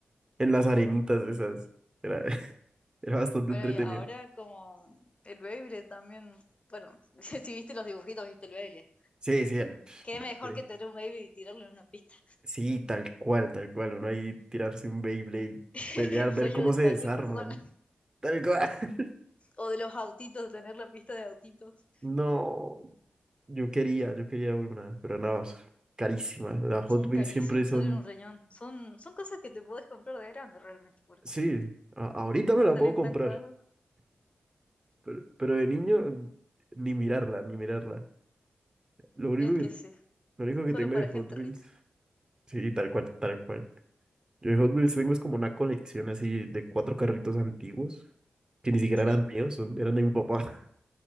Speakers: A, on the right; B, on the left.
A: en las arenitas esas. Era, <laughs> era bastante
B: Bueno,
A: entretenido.
B: y ahora como el Beyblade también. Bueno, <laughs> si viste los dibujitos, viste el Beyblade.
A: Sí, sí, el pf,
B: Qué
A: Beyblade.
B: mejor que tener un baby y tirarlo en una pista.
A: Sí, tal cual, tal cual. Uno ahí tirarse un Beyblade,
B: <laughs>
A: pelear,
B: El
A: ver
B: sueño
A: cómo
B: de
A: se
B: cualquier
A: desarman.
B: persona.
A: Tal cual. <laughs>
B: O de los autitos, tener la pista de autitos.
A: No, yo quería, yo quería una, pero nada, es carísima. Las
B: Son
A: Hot Wheels
B: carísimos,
A: siempre son...
B: salen un riñón. Son, son cosas que te podés comprar de grande realmente, porque
A: Sí, a- ahorita me
B: salen
A: la puedo comprar,
B: tan caros.
A: pero, pero de niño ni mirarla, ni mirarla. Lo único
B: Y es
A: que
B: que sí,
A: Lo único que
B: solo
A: tengo
B: para
A: de Hot
B: gente
A: Wheels,
B: rica.
A: sí, tal cual, tal cual. Yo de Hot Wheels tengo es como una colección así de cuatro carritos antiguos, que ni siquiera
B: Sí.
A: eran míos, son- eran de mi papá. <laughs>